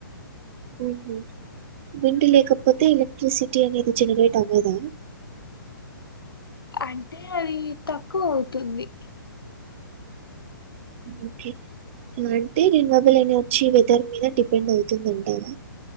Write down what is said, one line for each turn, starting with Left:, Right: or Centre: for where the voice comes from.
Right: ఆహ విండి లేకపోతే ఎలక్ట్రిసిటీ అనేది జనరేట్ అవ్వదా?
Left: అంటే అది తక్కువ అవుతుంది.
Right: ఓకే అంటే రెం బబుల్ని వచ్చి వెదర్ మీద డిపెండ్ అవుతుందంటార?